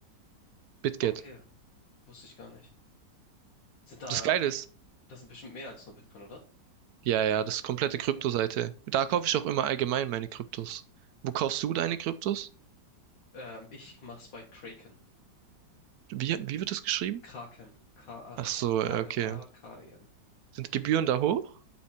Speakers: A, on the right (about 70°); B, on the left (about 85°).
A: BitGet.
B: Okay, wusste ich gar nicht. Sind da,
A: Das Geile ist,
B: das sind bestimmt mehr als nur Bitcoin, oder?
A: Ja, ja, das ist komplette
B: Okay,
A: Kryptoseite.
B: okay.
A: Da kaufe
B: Heftig.
A: ich auch immer allgemein meine Kryptos. Wo kaufst du deine Kryptos?
B: Ähm, ich mach's bei Kraken.
A: Wie, wie wird das geschrieben?
B: Kraken. K R
A: Ach so,
B: K-R-A-K-E-N.
A: ja, okay. Sind Gebühren da hoch?